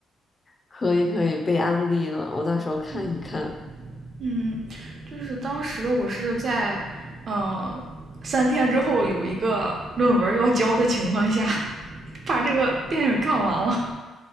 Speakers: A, on the left (about 30°); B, on the right (about 50°).
A: 可以可以，被安利了，我到时候看一看。
B: 嗯，嗯，就是当时我是在，嗯，三天之后有一个论文要交的情况下，把这个电影看完了。